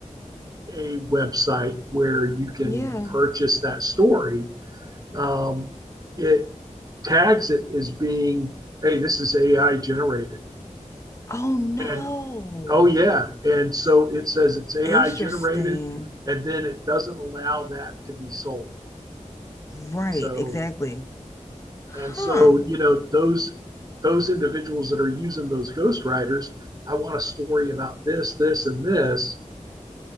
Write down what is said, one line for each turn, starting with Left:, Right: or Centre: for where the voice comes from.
Right: a website where you can
Left: Yeah.
Right: purchase that story, um, it tags it as being, hey, this is AI generated.
Left: Oh no.
Right: And oh yeah. And so it says it's AI
Left: Interesting.
Right: generated and then it doesn't allow that to be sold.
Left: Right,
Right: So
Left: exactly. Huh.
Right: And so, you know, those those individuals that are using those ghost writers, I want a story about this, this, and this.